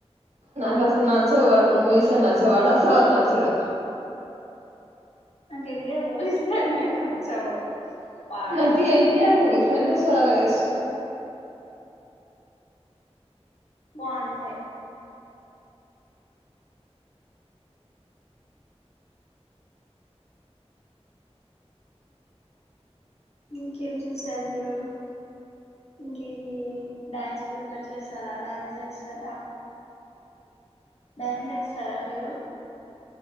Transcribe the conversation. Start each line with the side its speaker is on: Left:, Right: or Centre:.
Right: నాకు అసలు నచ్చావ్ వాడి మూవీస్ నచ్చవ్అసలు నాకి నచ్చడు
Left: నాకి యెన్ టి ఆర్ మూవీస్ అంటే నచ్చవు పాడు
Right: నాకి
Left: వాడ
Right: ఏంటియారు మూవి అంటే చాల ఇష్టం
Left: బాన్టాయ్ ఇంకేం చూసారు మీరు ఇంకేది డ్యాన్ ప్రిఫర్ చేస్తారా డ్యాన్స్ చేస్తారా డ్యాన్స్ చేస్తారా మీరు